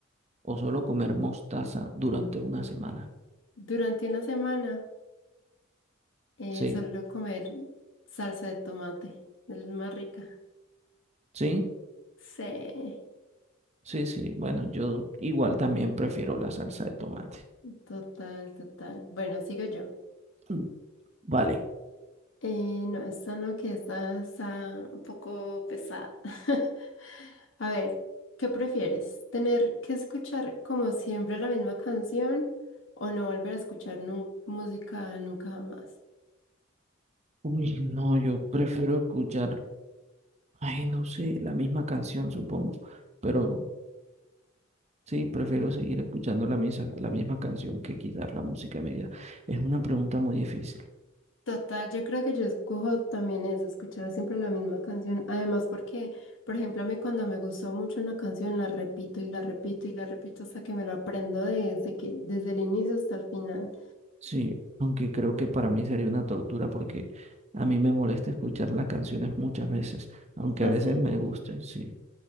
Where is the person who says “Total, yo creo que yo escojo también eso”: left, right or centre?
Left